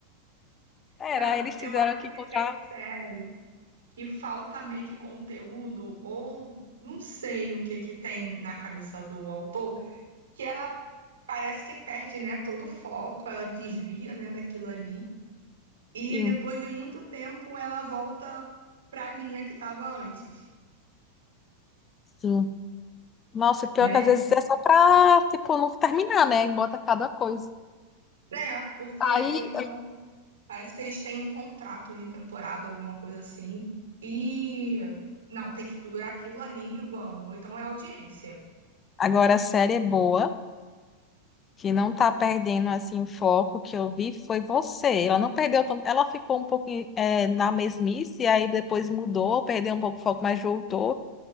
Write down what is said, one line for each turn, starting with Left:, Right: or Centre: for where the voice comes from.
Left: Era,
Right: Não,
Left: eles tiveram
Right: eu acho
Left: que encontrar.
Right: que tem série. que falta meio que conteúdo, ou não sei o que que tem na cabeça do autor, que ela parece que perde, né, todo o foco, ela desvia, né, daquilo ali, e
Left: Sim,
Right: depois de muito tempo ela volta para a linha que estava antes,
Left: sim. Nossa, pior
Right: né?
Left: que às vezes é só pra, tipo, não terminar, né? E bota cada coisa.
Right: É, porque,
Left: Aí,
Right: ou então, parece que eles têm um contrato de temporada, alguma coisa assim, e não, tem que durar aquilo ali, vamos, ou então é audiência.
Left: agora a série é boa, que não tá perdendo, assim, o foco que eu vi foi você. Ela não perdeu tanto, ela ficou um pouco é, na mesmice, aí depois mudou, perdeu um pouco o foco, mas voltou.